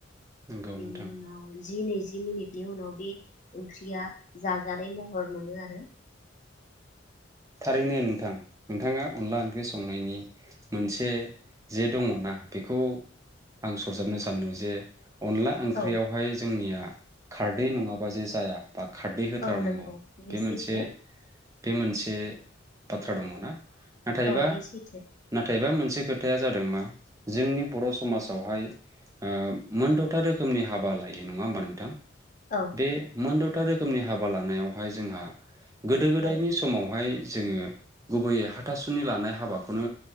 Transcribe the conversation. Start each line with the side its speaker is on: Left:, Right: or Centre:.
Right: नोंगौ
Left: बेनि
Right: नोंथां
Left: उनाव। जि नैजि मिनिटनि उनाव बे ओंख्रिया जाजानाय महर मोनो आरो।
Right: थारैनो नोंथां नोंथाङा अनला ओंख्रि संनायनि मोनसे जे दङना बेखौ आं सरजाबनो सानदों जे। अनला ओंख्रियावहाय
Left: औ
Right: जोंनिया। खारदै नङाबा जे जाया बा। खारदै होथारनांगौ
Left: औ नंगौ
Right: बे मोनसे।
Left: सैथो
Right: मोनसे बाथ्रा दङना नाथायबा
Left: औ बे सैथो
Right: नाथायबा मोनसे खोथा खोथाया जादों मा जोंनि बर' समाजावहाय ओ मोनद'था रोखोमनि हाबा लायो नङा होमबा नोंथां
Left: औ
Right: बे मद'- <unintelligible> रोखोमनि हाबा लानायावहाय जोंहा गोदो गोदाय
Left: औ
Right: समावहाय जोङो गुबैयै हाथासुनि लानाय हाबाखौनो